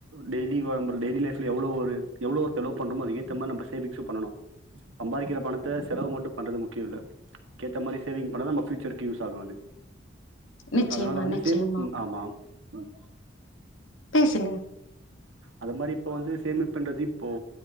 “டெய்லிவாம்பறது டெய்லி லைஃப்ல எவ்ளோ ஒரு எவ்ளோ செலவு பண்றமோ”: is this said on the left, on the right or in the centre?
Right